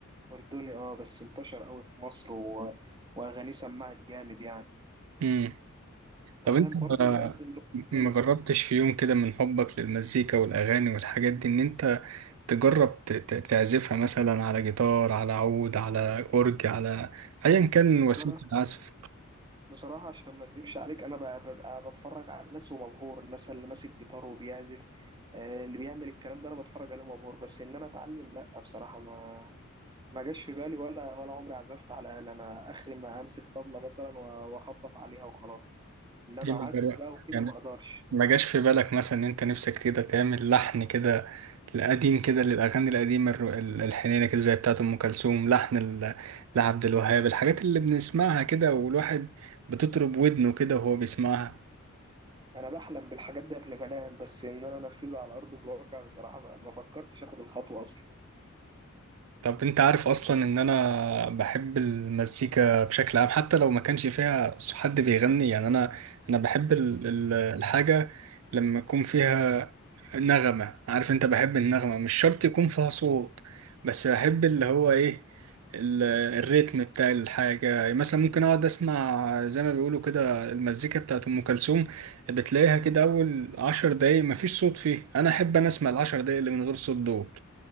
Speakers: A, on the right; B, on the right.
A: أردني اه بس انتشر قوي في مصر و... وأغانيه سمعت جامد يعني
B: امم طب
A: أنت
B: انت
A: فاهم برضه
B: ما
A: بيقدم لون
B: ما
A: مختلف
B: جربتش في يوم كده من حبك للمزيكا والأغاني والحاجات دي إن أنت تجرب ت- ت- تعزفها مثلا على جيتار على عود على أورج على أيا كان وسيلة
A: بصراحة
B: العزف
A: بصراحة عشان ما أكدبش عليك أنا ب- ببقى بتفرج على الناس ومبهور مثلا اللي ماسك جيتار وبيعزف آه، اللي بيعمل الكلام ده أنا بتفرج عليه مبهور بس إن أنا أتعلم لأ بصراحة ما ما جاش في بالي ولا ولا عمري عزفت على آلة أنا آخري ما أمسك طبلة مثلا و- وأخبط عليها وخلاص إنما
B: ليه ما
A: عزف
B: جرب-
A: بقى وكده
B: يعني
A: ما أقدرش
B: ما جاش في بالك مثلا إن أنت نفسك كده تعمل لحن كده القديم كده للأغاني القديمة الر- ال- الحنينة كده زي بتاعة أم كلثوم لحن ال- لعبد الوهاب الحاجات اللي بنسمعها كده والواحد بتطرب ودنه كده وهو بيسمعها
A: انا بحلم بالحاجات دي قبل ما انام بس ان انا انفذها على ارض الواقع بصراحه ما ما فكرتش اخد الخطوه اصلا
B: طب انت عارف اصلا ان انا بحب المزيكا بشكل عام حتى لو ما كانش فيها حد بيغني يعني انا انا بحب ال- ال- الحاجة لما يكون فيها نغمة عارف انت بحب النغمة مش شرط يكون فيها صوت بس بحب اللي هو ايه ال- الريتم بتاع الحاجة مثلا ممكن اقعد اسمع زي ما بيقولوا كده المزيكا بتاعت ام كلثوم بتلاقيها كده اول عشر دقايق مفيش صوت فيه انا احب انا اسمع العشر دقايق اللي من غير صوت دول